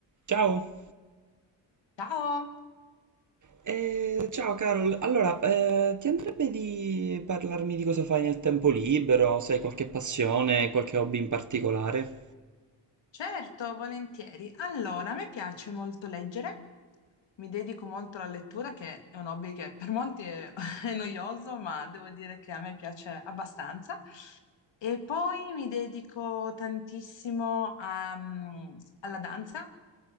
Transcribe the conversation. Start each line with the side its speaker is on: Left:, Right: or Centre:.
Right: Ciao,
Left: Ciao,
Right: Eh, ciao Carol. Allora, eh, ti andrebbe di parlarmi di cosa fai nel tempo libero? Se hai qualche passione, qualche hobby in particolare?
Left: certo, volentieri. Allora, a me piace molto leggere, mi dedico molto alla lettura, che è un hobby che per molti è, <laughs> è noioso, ma devo dire che a me piace abbastanza. E poi mi dedico tantissimo a, mm, alla danza,